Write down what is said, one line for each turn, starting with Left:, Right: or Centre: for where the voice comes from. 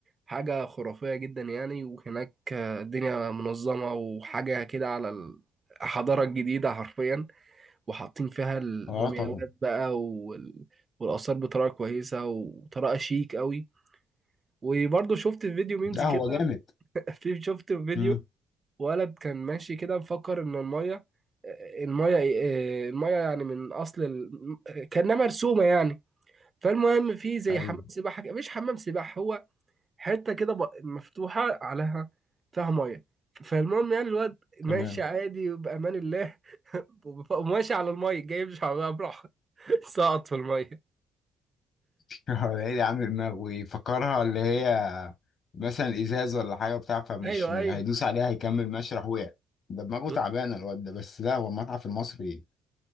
Right: حاجة خرافية جدا يعني وهناك آه، الدنيا منظمة وحاجة كده على ال- الحضارة الجديدة حرفيا وحاطين فيها المومياوات
Left: اه طبعا
Right: بقى وال... والآثار بطريقة كويسة وطريقة شيك قوي وبرضه شفت فيديو ميمز
Left: لا
Right: كده
Left: هو جامد
Right: <laughs> في شفت فيديو
Left: امم
Right: ولد كان ماشي كده مفكر ان الميه الميه الميه يعني من اصل ال... كانها مرسومه يعني فالمهم في زي
Left: ايوه
Right: حمام سباحه كده- مش حمام سباحه هو حته كده ب- مفتوحه عليها فيها ميه فالمهم يعني الواد
Left: تمام
Right: ماشي عادي وبامان الله <laughs> وماشي على الميه جاي مش على براحه <laughs> سقط في الميه
Left: <laughs> هو العيد عامل دماغ ويفكرها اللي هي مثلا ازاز ولا حاجه بتاع فمش
Right: ايوه
Left: هيدوس
Right: ايوه
Left: عليها هيكمل ماشي راح وقع ده دماغه
Right: ب-
Left: تعبانه الواد ده بس لا هو المتحف المصري